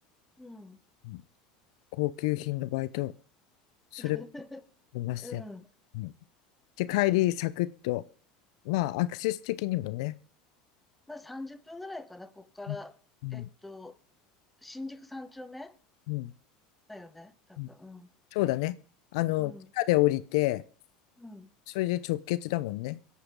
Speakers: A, in the centre; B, on the left.
A: うん。
B: うん高級品のバイト、それは
A: <laughs>
B: ありません。
A: うん。
B: うんで、帰りサクッと、まあ、アクセス的にもね、
A: まあ30分ぐらいかな、こっから。
B: うんうん
A: えっと、新宿三丁目
B: うん
A: だよね、多分。
B: うんそうだね。あの、
A: うん。
B: 地下で降りて、
A: うん。うん。
B: それで直結だもんね。